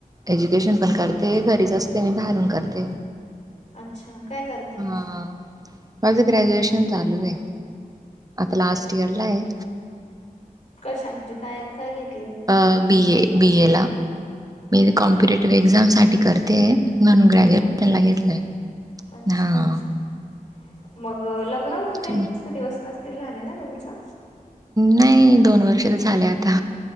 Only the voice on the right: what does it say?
एज्युकेशन पण करते घरीच असते मी बाहेरून करते
हा माझं ग्रॅज्युएशन चालू आहे आता लास्ट इयर ला आहे
बी ए बी ए ला मी
कॉम्पिटेटिव्ह एक्झाम साठी करते म्हणू ग्रॅजुएशन
ला
घेतलंय
हा
ह
नाही दोन वर्ष तर झाले आता